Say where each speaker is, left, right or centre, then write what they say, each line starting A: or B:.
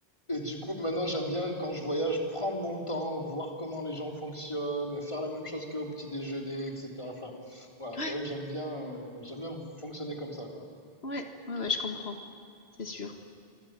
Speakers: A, on the left; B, on the left.
A: et du coup, maintenant, j'aime bien quand je voyage prendre mon temps, voir comment les gens fonctionnent, faire la même chose qu'au petit déjeuner, etc. Enfin, voilà,
B: Ouais,
A: c'est vrai que j'aime bien, euh, j'aime bien fonctionner comme ça, quoi.
B: ouais, ouais, ouais, je comprends, c'est sûr.